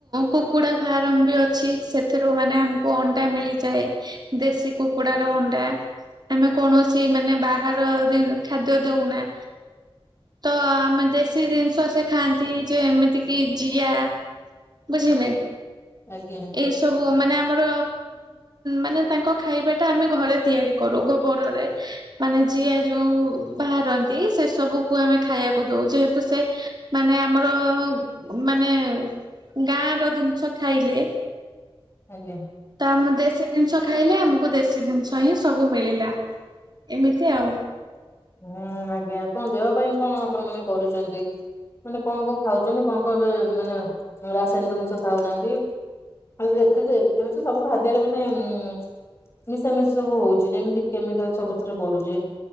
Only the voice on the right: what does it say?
କୁକୁଡା ଫାର୍ମ ବି ଅଛି ସେଥିରୁ ମାନେ ଆମକୁ ଅଣ୍ଡା ମିଳିଯାଏ। ଦେଶୀ କୁକୁଡାର ଅଣ୍ଡା ଆମେ କୌଣସି ମାନେ ବାହାର ଖାଦ୍ୟ ଦଉନା। ତ ଆମେ ଦେଶୀ ଜିନିଷ ସେ ଖାଆନ୍ତି ଯେ ଏମିତି କି ଜିଆ। ବୁଝିଲେ?
ଏଇ ସବୁ ମାନେ ଆମର ମାନେ ତାଙ୍କ ଖାଇବା ଟା ଆମେ ଘରେ ତିଆରି କରୁ ଗୋବରରେ ମାନେ ଯିଆ ଯୋଉ ବାହାରନ୍ତି ସେ ସବୁକୁ ଆମେ ଖାଇବାକୁ ଦଉ ଯେହେତୁ ସେ ମାନେ ଆମର ମାନେ ଗାଁ ର ଜିନିଷ ଖାଇଲେ
ତାଆମୁ ଦେଶୀ ଜିନିଷ ଖାଇଲେ ଆମକୁ ଦେଶୀ ଜିନିଷ ହିଁ ସବୁ ମିଳିଲା। ଏମିତି ଆଉ।